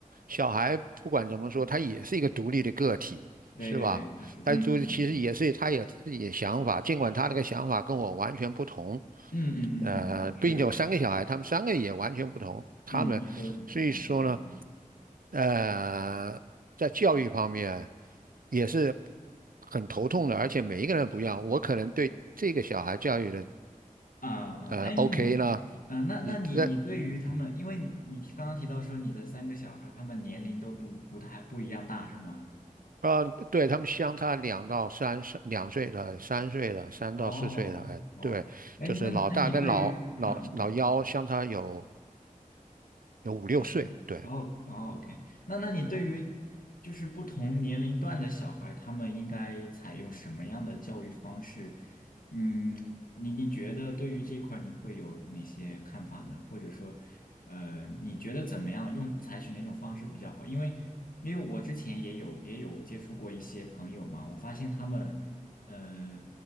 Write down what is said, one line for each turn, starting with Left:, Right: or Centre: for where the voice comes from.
Right: 小孩，不管怎么说，他也是一个独立的个体，
Left: 对对对，
Right: 是吧？
Left: 他是，嗯嗯嗯嗯
Right: 他就其实也是他有自己的想法，尽管他那个想法跟我完全不同，
Left: 嗯嗯嗯嗯嗯，
Right: 呃，并且我三个小孩，
Left: 是的，是的。
Right: 他们三个也完全不同，他们所以说呢，
Left: 嗯，你说的很很对，嗯
Right: 呃，在教育方面也是很头痛的，而且每一个人不一样，我可能对这个小孩教育的。
Left: 啊啊，
Right: 呃，OK
Left: 哎，那你，
Right: 呢，
Left: 啊，那那你你对于他们，
Right: 你在嗯
Left: 因为你你刚刚提到说你的三个小孩，他们年龄都不不太不一样大，是吗？
Right: 呃，对他们相差两到三岁，两岁的、三岁的、三到四岁的，
Left: 哦哦，
Right: 哎，对，
Left: 哎，
Right: 就是老大跟老老老幺相差有
Left: 那你那你对于，嗯、
Right: 有五六岁，
Left: 嗯，
Right: 对。
Left: 哦哦，OK，那那你对于就是不同年龄段的小孩，他们应该采用什么样的教育方式？嗯，你你觉得对于这一块儿你会有哪些看法呢？或者说，呃，你觉得怎么样用采取哪种方式比较好？因为因为我之前也有也有接触过一些朋友嘛，我发现他们。呃。